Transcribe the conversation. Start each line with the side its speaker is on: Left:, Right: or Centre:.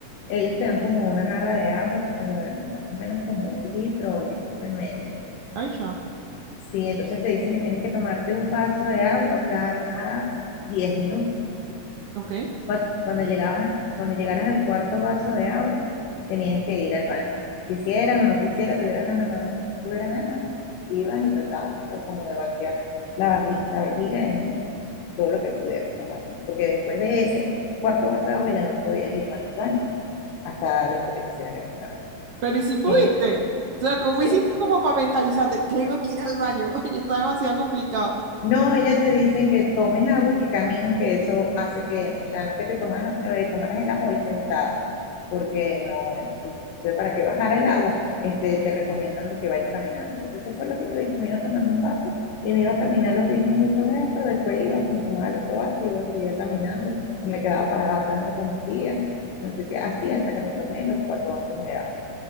Left: ellos te dan como una jarra de agua, como de- más o menos como un litro o litro y medio.
Right: Ay, ya.
Left: Sí, entonces te dicen que tienes que tomarte un vaso de agua cada 10 minutos.
Right: Ok.
Left: Cua- Cuando llegabas, cuando llegaras al cuarto vaso de agua, tenías que ir al baño. Quisieras o no quisieras, tuvieras ganas o no tuvieras ganas, ibas y tratabas pues, como de vaciar la, vaji- la vejiga en, en todo lo que pudieras, lo máximo. Porque después de ese cuarto vaso de agua ya no podías ir más al baño, hasta después que te hicieran el examen.
Right: Pero ¿y si pudiste?
Left: Eh,
Right: O sea, ¿cómo
Left: sí.
Right: hiciste como para mentalizarte? Tengo que ir al baño. <laughs> Oye, está demasiado complicado.
Left: No, ellas te dicen que tomes agua y que camines, que eso hace que, o sea, no que te tomas, eh, tomaras el agua ahí sentada porque no, para que bajara el agua, este, te recomiendan de que vayas caminando. Entonces eso fue lo que yo hice, me iba tomando un vaso y me iba a caminar los 10 minutos eso, después iba, me tomaba el otro vaso, iba a seguir caminando, me quedaba parada hablando con mi tía, entonces que así hasta que me tomé los cuatro vasos de agua.